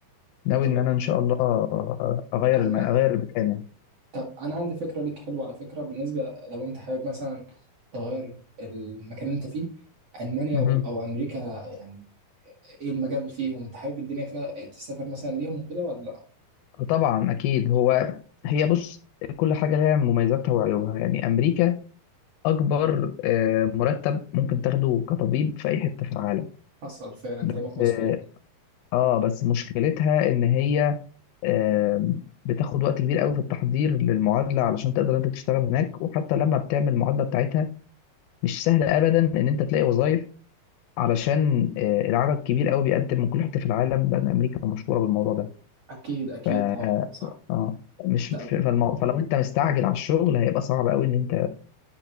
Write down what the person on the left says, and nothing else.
ناوي
ان انا ان شاء الله اغير
الم... اغير المكان يعني
مهم.
طبعا اكيد هو هي بص كل حاجه لها مميزاتها وعيوبها يعني امريكا اكبر آه، مرتب ممكن تاخده كطبيب في اي حته في العالم
بس
اه آه، بس مشكلتها ان هي آه، بتاخد وقت كبير قوي في التحضير للمعادله علشان تقدر انت تشتغل هناك وحتى لما بتعمل المعادله بتاعتها مش سهل ابدا ان انت تلاقي وظائف علشان آه، العدد كبير قوي بيقدم من كل حته في العالم لان امريكا مشهوره بالموضوع ده
ف
اه مش
ف- فالمو... فلو انت مستعجل على الشغل هيبقى صعب قوي ان انت